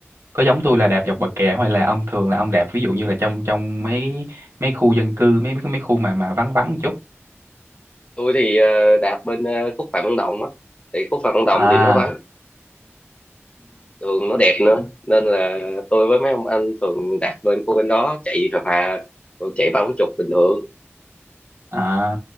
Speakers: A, on the right; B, on the left.
A: Có giống tôi là đạp dọc bờ kè hay là ông thường là ông đạp ví dụ như là trong trong mấy mấy khu dân cư mấy mấy mấy khu mà mà vắng vắng một chút.
B: tôi thì ờ, đạp bên ờ, khúc Phạm Văn Đồng á thì khúc Phạm Văn Đồng
A: À,
B: thì nó vắng đường nó đẹp nữa
A: Ừ.
B: nên là tôi với mấy ông anh thường đạp lên khu bên đó chạy phà phà rồi chạy ba bốn chục bình thường
A: À,